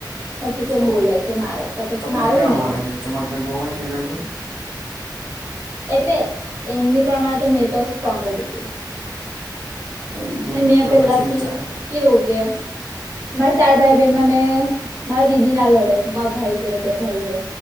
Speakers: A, on the right (about 35°); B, on the right (about 50°).
A: પછી કેમ
B: તો
A: બોલે કે મારે તો પછી
B: તમે
A: મારું
B: કેવા
A: ને
B: માને
A: મેં.
B: છે તમારે ભેગો હોય કે લડવો?
A: એટલે એમની પ્રમાણે તો મેં તો સ્ટ્રોંગ જ હતી.
B: વેરી ગુડ
A: ને મેં
B: તો
A: પહેલાથી
B: પછી ચા
A: કેવું કેમ? મારા ચાર ભાઈ બહેનમાં મેં મારા દીદી ના લડે મા ભાઈ જોડે બે ભાઈ જોડે.